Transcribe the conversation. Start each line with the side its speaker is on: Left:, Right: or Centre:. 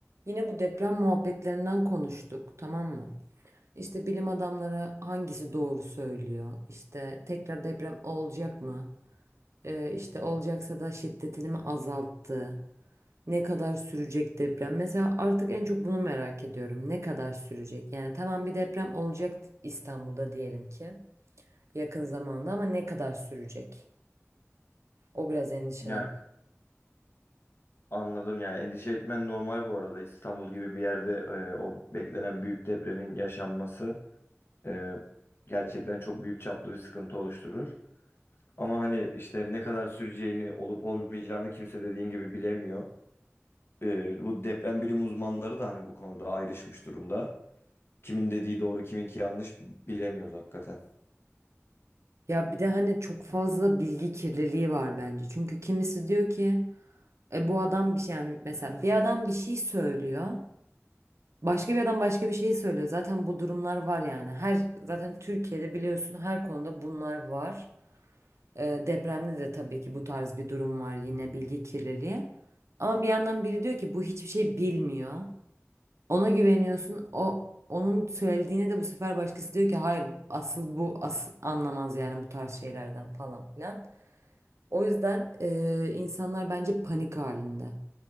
Right: Yine bu deprem muhabbetlerinden konuştuk, tamam mı? İşte bilim adamları hangisi doğru söylüyor? İşte tekrar deprem olacak mı? Ee, işte olacaksa da şiddetini mi azalttı? Ne kadar sürecek deprem? Mesela artık en çok bunu merak ediyorum. Ne kadar sürecek? Yani tamam bir deprem olacak İstanbul'da diyelim ki yakın zamanda ama ne kadar sürecek? O biraz endişelen.
Left: Yani anladım yani endişe etmen normal bu arada İstanbul gibi bir yerde e, o beklenen büyük depremin yaşanması e, gerçekten çok büyük çaplı bir sıkıntı oluşturur. Ama hani işte ne kadar süreceğini olup olmayacağını kimse dediğin gibi bilemiyor. E, bu deprem bilim uzmanları da hani bu konuda ayrışmış durumda. Kimin dediği doğru kiminki yanlış bilemiyoruz hakikaten.
Right: Ya bir de hani çok fazla bilgi kirliliği var bence. Çünkü kimisi diyor ki E, bu adam bir şey yani mesela bir adam bir şey söylüyor. Başka bir adam başka bir şey söylüyor. Zaten bu durumlar var yani. Her zaten Türkiye'de biliyorsun her konuda bunlar var. E, depremde de tabii ki bu tarz bir durum var yine bilgi kirliliği. Ama bir yandan biri diyor ki bu hiçbir şey bilmiyor. Ona güveniyorsun. O onun söylediğini de bu sefer başkası diyor ki hayır asıl bu asıl anlamaz yani bu tarz şeylerden falan filan. O yüzden e, insanlar bence panik halinde.